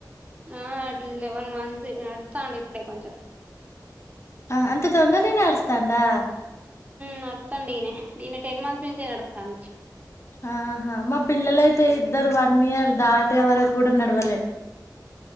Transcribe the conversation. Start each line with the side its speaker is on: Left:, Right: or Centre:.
Right: ఆ అట్లా లెవెన్ మంత్స్ నడుస్తా అండి ఇప్పుడే కొంచెం
Left: ఆ అంత తొందర ననే ఆస్తా తడా
Right: నతండి దీన దీన టెన్ మంత్స్ నుంచి నతాండి
Left: ఆహా మా పిల్లలైతే ఇద్దరు వన్ ఇయర్ దాటే వరకు కూడా నడవలే